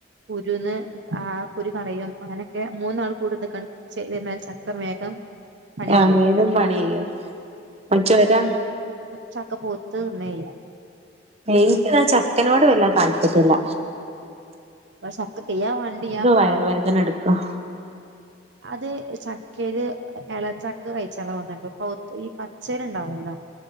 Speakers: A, on the right; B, on the right.
A: കുരുന്ന് ആ കുരു കളയും അങ്ങനൊക്കെ മൂന്നാൾ കൂടി നിക്കാണേ ചേയ്തെന്നാൽ ചക്ക വേഗം പണി
B: ആവേഗം
A: ചെയ്യും
B: പണിചെയ്യും
A: ചക്കപോ ത് നെയ്യാം
B: എനിക്ക് എന്നാൽ ചക്കേനോട് വലിയ താല്പര്യം ഇല്ല
A: ഇവിടെ ചക്ക തിന്നാൻ വേണ്ടി ഞാൻ പ്രാർത്ഥിക്കുകയാണ്.
B: വയറുവേദന എടുക്കും
A: അത് ചക്കയില് ഇളംചക്ക കഴിച്ചാൽ ഇളവുന്നുണ്ട് ഉള്ള പച്ചയിൽ ഉണ്ടാവൂല്ലോ